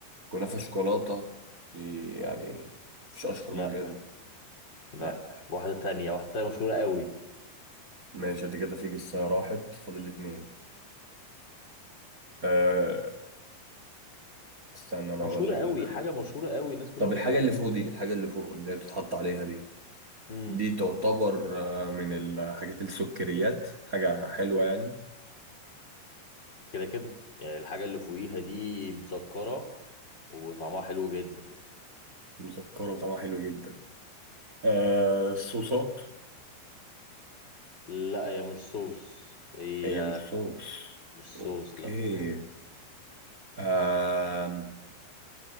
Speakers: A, on the right (about 45°); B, on the left (about 25°).
A: كنافة شوكولاتة دي يعني مفيش أشهر
B: لا
A: من كده
B: لا
A: لا
B: واحده تانية واحده تانية مشهوره قوي
A: ماشي دي كده في جسة راحت فاضل اتنين آه استنى أنا
B: مشهوره
A: أقول لك دلوقتي.
B: قوي حاجه مشهوره قوي الناس كلها
A: طب
B: بتجيبها
A: الحاجة اللي فوق دي الحاجة اللي فوق اللي هي بتتحط عليها دي
B: امم
A: دي تعتبر آه، من الحاجات السكريات حاجة حلوة يعني
B: كده كده يعني الحاجه اللي فوقيها دي مسكره وطعمها حلو جدا
A: مسكرة وطعمها حلو جدا آه الصوصات
B: لا هي مش صوص هي
A: هي مش صوص
B: مش صوص
A: اوكي
B: لا
A: آم.